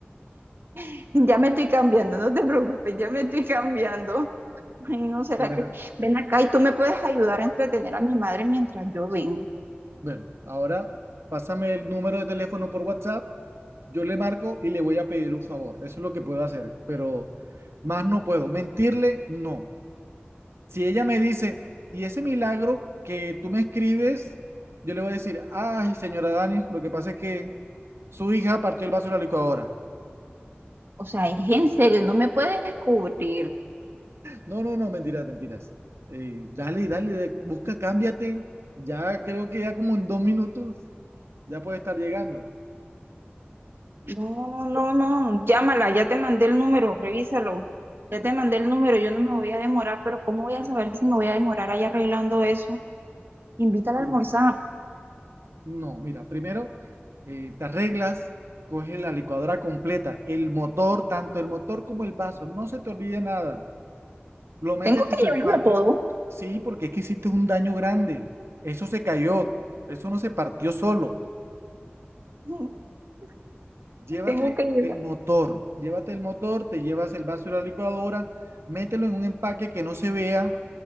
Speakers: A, on the right; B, on the right.
A: <laughs> Ya me estoy cambiando, no te preocupes, ya me estoy cambiando. Ay, no, será
B: Bueno,
A: que ven acá y tú me puedes ayudar a entretener a mi madre mientras yo vengo.
B: bueno, ahora pásame el número de teléfono por WhatsApp, yo le marco y le voy a pedir un favor. Eso es lo que puedo hacer, pero más no puedo. Mentirle, no. Si ella me dice, y ese milagro que tú me escribes, yo le voy a decir, ay, señora Dani, lo que pasa es que su hija partió el vaso de la licuadora.
A: O sea, es en serio, no me puedes cubrir.
B: No, no, no, mentiras, mentiras. Eh, dale, dale, de- busca, cámbiate. Ya creo que ya como en dos minutos ya puede estar llegando.
A: No, no, no, no, llámala, ya te mandé el número, revísalo. Ya te mandé el número, yo no me voy a demorar, pero ¿cómo voy a saber si me voy a demorar ahí arreglando eso? Invítala
B: No,
A: a almorzar.
B: no, mira, primero eh, te arreglas, coges la licuadora completa, el motor, tanto el motor como el vaso, no se te olvide nada. Lo metes
A: Tengo que
B: en tu
A: llevarlo
B: empaque.
A: todo.
B: Sí, porque es que hiciste un daño grande. Eso se cayó, eso no se partió solo.
A: <laughs>
B: Llévate
A: Tengo que llevar.
B: el motor, llévate el motor, te llevas el vaso de la licuadora, mételo en un empaque que no se vea,